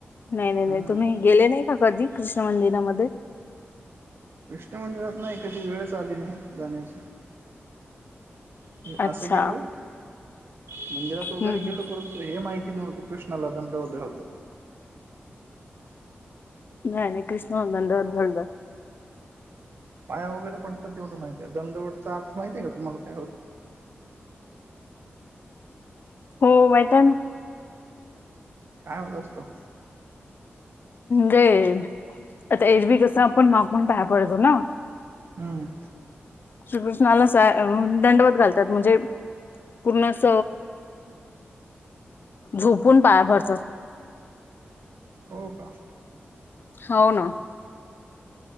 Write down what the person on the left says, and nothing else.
नाही नाही नाही
तुम्ही गेले नाही का कधी कृष्ण मंदिरामध्ये
अच्छा
हम्
नाही नाही कृष्णा, दंडवत घालतात
हो माहिित आहे ना
जे आता एरबी कसं आपण माग म्हून बाय पडतो ना
श्रीकृष्णाला दंडवत घालतात म्हणजे पूर्ण अस झोपून पाया पडतात
हो ना